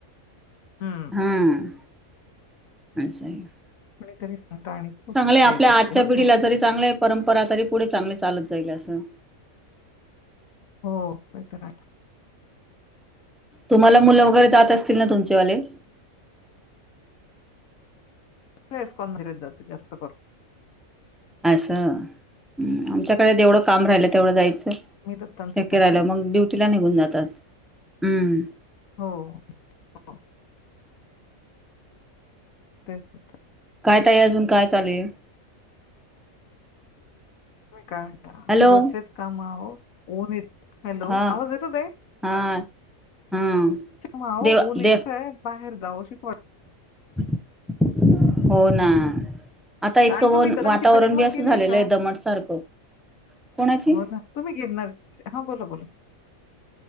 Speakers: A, on the left; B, in the centre.
A: हं.
B: हम्म <unintelligible>
A: कोणीतरी सांगतं आणि ते होतात
B: चांगल आहे
A: काही
B: आपल्या
A: गोष्टी
B: आजच्या
A: हो
B: पिढीला
A: की नाही?
B: जरी चांगले परंपरा तरी पुढे चांगली चालत जाईल असं
A: हो कायतर आहे.
B: तुम्हाला मुलं वगैरे जात असतील ना तुमचे वाले
A: तेच कंधुरीत जात जास्त करून
B: असं आमच्याकडे जेवढं काम राहिल तेवढं जायचं.
A: मी दत्तांचं
B: शक्य
A: करते
B: राहिलं मग ड्युटीला निघून जातात हम्म
A: हो हो तेच होत
B: काय ताईं अजून काय चालू आहे?
A: तुम्ही काय म्हणता
B: हॅलो
A: रोजचेच काम अओ ऊन य हॅलो
B: हा
A: आवाज येतो ताईं
B: हा हा
A: म अओ
B: देव
A: ऊन
B: देव
A: इतकं आहे बाहेर जाव शिक वा
B: <inaudible> हो ना आता इतकं
A: आणि तुम्ही
B: ऊन
A: दत्तांची
B: वातावरण
A: परिक्रमा
B: बी असं
A: केली
B: झालेलं
A: का
B: आहे दमट सारखं कोणाची
A: हो ना तुम्ही गिरणार हा बोला बोला